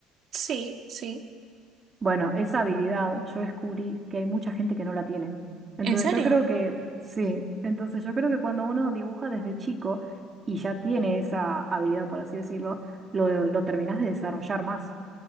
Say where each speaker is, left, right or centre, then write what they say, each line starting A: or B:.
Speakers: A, on the right (about 50°); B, on the right (about 25°).
A: Sí, sí.
B: Bueno, esa habilidad yo descubrí que hay mucha gente que no la tiene. Entonces
A: ¿En serio?
B: yo creo que, sí, entonces yo creo que cuando uno dibuja desde chico y ya tiene esa habilidad, por así decirlo, lo, lo terminás de desarrollar más.